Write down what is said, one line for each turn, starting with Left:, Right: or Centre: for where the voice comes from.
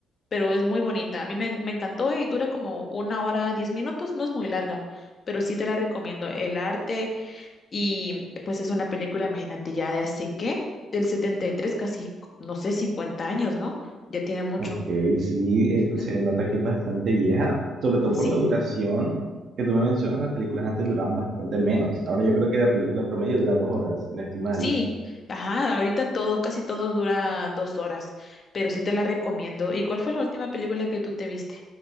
Left: pero es muy bonita. A mí me, me encantó y dura como una hora, diez minutos, no es muy larga, pero sí te la recomiendo. El arte y pues es una película, imagínate, ya de hace qué, del setenta y tres casi, no sé, 50 años, ¿no? Ya tiene mucho.
Right: Ok, sí, eh, pues,
Left: ¿Mm?
Right: se nota que es bastante vieja, sobre todo
Left: Sí.
Right: por la duración que tú me mencionas, las películas antes duraban bastante menos. Ahora yo creo que la película promedio dura dos horas, si no estoy mal.
Left: Sí, ajá, ahorita todo, casi todo dura dos horas, pero sí te la recomiendo. ¿Y cuál fue la última película que tú te viste?